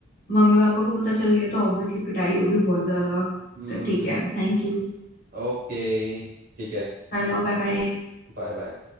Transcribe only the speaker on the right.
हम्म
ओके ठीक है
Bye bye